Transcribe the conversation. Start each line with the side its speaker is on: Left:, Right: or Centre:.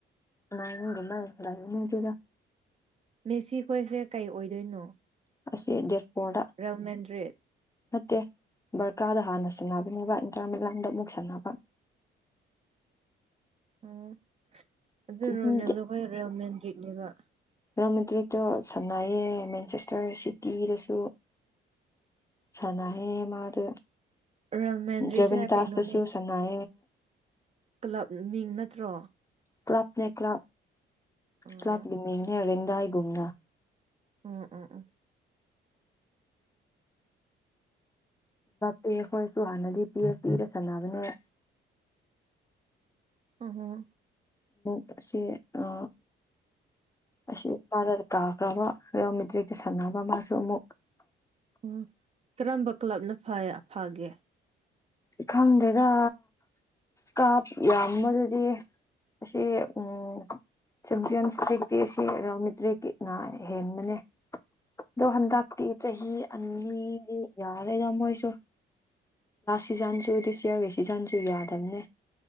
Left: ꯉꯥꯏꯒꯨꯝꯃ ꯂꯥꯏꯑꯣꯅꯤ ꯑꯗꯨꯗ
Right: ꯃꯦꯁꯤ ꯈꯣꯏꯁꯦ ꯀꯩ ꯑꯣꯏꯗꯣꯏꯅꯣ
Left: ꯑꯁꯤ ꯗꯦꯠꯄꯣꯔꯗ
Right: ꯔꯣꯃꯦꯟꯗ꯭ꯔꯤꯠ
Left: ꯅꯠꯇꯦ ꯕꯔꯀꯥꯗ ꯍꯥꯟꯅ ꯁꯥꯟꯅꯕꯅꯦꯕ ꯏꯟꯇ꯭ꯔꯥꯃꯦꯂꯥꯟꯗ ꯑꯃꯨꯛ ꯁꯥꯟꯅꯕ
Right: ꯑꯣ ꯑꯗꯨ
Left: ꯆꯍꯤ
Right: ꯔꯣꯅꯦꯜꯗꯣ ꯑꯩꯈꯣꯏ ꯔꯌꯦꯜꯃꯦꯟ ꯗ꯭ꯔꯤꯠꯅꯦꯕ
Left: ꯔꯇ꯭ꯔꯤꯠꯇꯣ ꯁꯥꯟꯅꯏꯌꯦ ꯃꯦꯟꯆꯦꯁꯇꯔ ꯁꯤꯇꯤꯗꯁꯨ ꯁꯅꯍꯦ ꯃꯥꯗ
Right: ꯔꯦꯜ ꯃꯦꯟꯗ꯭ꯔꯤꯠꯁꯦ
Left: ꯖꯕꯟ ꯇꯁꯇꯁꯨ
Right: ꯀꯩꯅꯣꯅꯦ
Left: ꯎꯁꯅꯥꯑ
Right: ꯀ꯭ꯂꯕ ꯃꯤꯡ ꯅꯠꯇ꯭ꯔꯣ
Left: ꯀ꯭ꯂꯅꯦ ꯀ
Right: ꯑꯣ
Left: ꯀ ꯃꯤ ꯔꯦꯡꯗꯥ ꯨꯨꯝꯅ
Right: ꯑꯥ ꯑꯥ ꯑꯥ
Left: ꯄꯦꯈꯣꯏꯁꯨ ꯍꯥꯟꯅꯗꯤ ꯄꯤ ꯑꯦꯁ ꯁꯤꯒ ꯁꯥꯟꯅꯕꯅꯦ
Right: ꯎꯝ
Left: ꯛ ꯁꯤ ꯑ ꯑꯁꯤ ꯃꯥꯗ ꯀꯥꯈ꯭ꯔꯕ ꯔꯤꯌꯜꯃꯦꯇ꯭ꯔꯤꯛꯇ ꯁꯥꯟꯅꯕ ꯃꯥꯁꯨ ꯑꯃꯨꯛ
Right: ꯎ ꯀꯔꯝꯕ ꯀ꯭ꯂꯕꯅ ꯐꯥꯒꯦ
Left: ꯈꯪꯗꯦꯗ ꯀꯥꯞ ꯌꯥꯝꯕꯗꯨꯗꯤ ꯑꯁꯤ ꯎꯝ ꯆꯦꯝꯄꯤꯌꯟꯁ ꯂꯤꯛꯇꯤ ꯑꯁꯤ ꯔꯌꯣꯃꯤꯗ꯭ꯔꯦꯒꯤꯅ ꯍꯦꯟꯕꯅꯦ ꯑꯗꯣ ꯍꯟꯗꯛꯇꯤ ꯆꯍꯤ ꯑꯅꯤ ꯌꯥꯔꯦꯗ ꯃꯣꯏꯁꯨ ꯁꯤꯖꯥꯟꯟꯁꯨ ꯑꯗꯨꯗꯤ ꯆꯌꯥꯔꯈꯩ ꯁꯤꯖꯟꯁꯨ ꯌꯥꯗꯕꯅꯦ